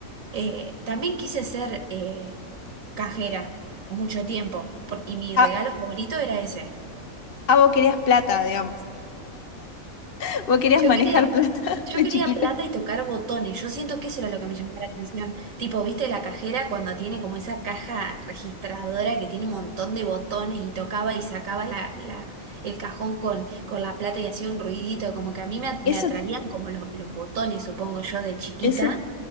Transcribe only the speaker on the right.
Eh, también quise ser eh, cajera mucho tiempo por- y mi
regalo favorito era ese.
Yo
quería,
yo
quería
plata y tocar botones. Yo siento que eso era lo que me llamaba la atención. Tipo, ¿viste la cajera cuando tiene como esa caja registradora que tiene un montón de botones y tocaba y sacaba la, la- el cajón con, con la plata y hacía un ruidito? Como que a mí me, at- me
atraían como los, los botones, supongo yo, de chiquita.